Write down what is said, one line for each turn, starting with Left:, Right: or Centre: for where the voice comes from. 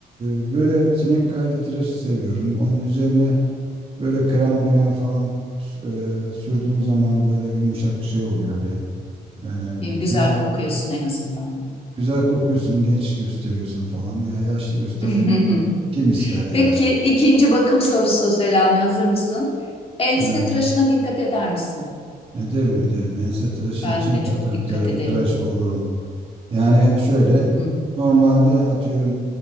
Right: e, böyle sinek kaydı tıraşı seviyorum. Onun üzerine böyle krem mrem falan e, sürdüğün zaman böyle yumuşak şey oluyor bir. E,
Left: Değil mi? Güzel
Right: biraz
Left: kokuyorsun en azından.
Right: güzel kokuyorsun, genç gösteriyorsun falan. Ya yaşlı göstermek
Left: <laughs>
Right: kim ister yani?
Left: Peki ikinci bakım sorusu Selami hazır mısın? Ense
Right: Evet.
Left: tıraşına dikkat eder misin?
Right: Ederim ederim. Ense tıraşı
Left: Ben
Right: için
Left: de
Right: zaten
Left: çok dikkat
Right: tıra-
Left: ederim.
Right: tıraş olurum. Yani şöyle
Left: Hı hı,
Right: normalde atıyorum